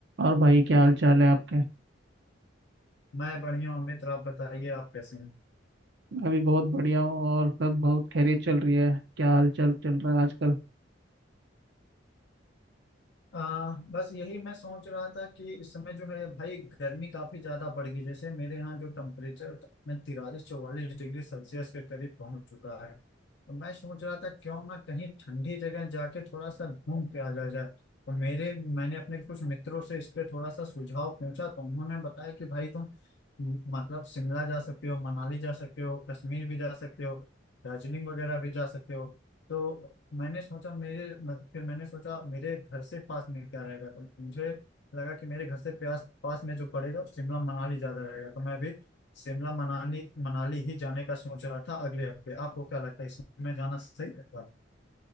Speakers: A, on the right; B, on the left.
A: और भाई क्या हाल चाल है आपके
B: मैं बढ़िया हूँ मित्र आप बताइए आप कैसे हैं
A: अभी बहुत बढ़िया हूँ और सब बहुत खैरियत चल रही है क्या हाल चाल चल रहा है आजकल
B: आ, बस यही मैं सोच रहा था कि इस समय जो है भाई गर्मी काफी ज्यादा बढ़ गई जैसे मेरे यहाँ जो टेम्परेचर में तिरालीस चौवालीस डिग्री सेल्सियस के करीब पहुंच चुका है तो मैं सोच रहा था क्यों ना कहीं ठंडी जगह जाके थोड़ा सा घूम के आ जाया जाए तो मेरे मैंने अपने कुछ मित्रों से इस पे थोड़ा सा सुझाव पूछा तो उन्होंने बताया कि भाई तुम मतलब शिमला जा सकते हो मनाली जा सकते हो कश्मीर भी जा सकते हो दार्जिलिंग वगैरह भी जा सकते हो तो मैंने सोचा मेरे मत, फिर मैंने सोचा मेरे घर से पास में क्या रहेगा तो मुझे लगा कि मेरे घर से प्यास पास में जो पड़ेगा शिमला मनाली ज्यादा रहेगा तो मैं अभी शिमला मनाली मनाली ही जाने का सोच रहा था अगले हफ्ते आपको क्या लगता है इसमें जाना सही रहेगा